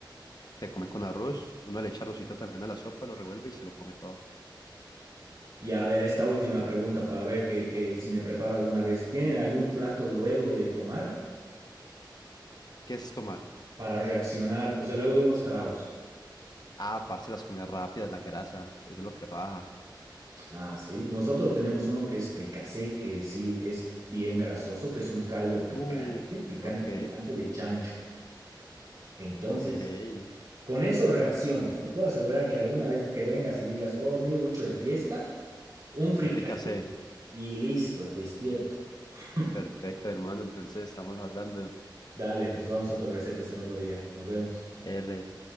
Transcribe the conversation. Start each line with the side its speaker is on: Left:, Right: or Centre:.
Left: Se come con arroz, uno le echa arrocito también a la sopa, lo revuelve y se lo come todo.
Right: Y a ver, esta última pregunta para ver que, que si me preparo alguna vez. ¿Tienen algún plato luego de tomar
Left: ¿Qué es tomar?
Right: para reaccionar? O sea, luego de unos tragos.
Left: Ah, parce, las comidas rápidas, la grasa, eso es lo que baja.
Right: Ah, sí. Nosotros tenemos uno que es fricasé, que sí es bien grasoso, que es un caldo picante,
Left: Uh,
Right: picante,
Left: ok,
Right: picante de chancho. Entonces,
Left: ok.
Right: con eso reaccionas. Te puedo asegurar que alguna vez que vengas y digas, oh, me he ido mucho de fiesta, un fricasé
Left: Un fricasé.
Right: y listo, despierto. <laughs>
Left: Perfecto, hermano, entonces estamos hablando.
Right: Dale, nos damos otras recetas en otro día. Nos vemos.
Left: R.